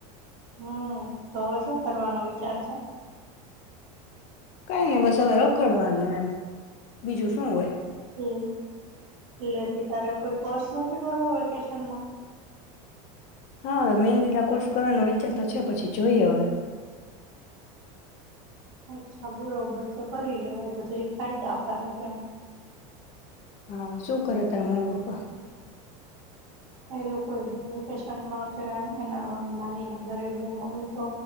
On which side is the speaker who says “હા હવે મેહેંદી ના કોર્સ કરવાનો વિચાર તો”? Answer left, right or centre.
Left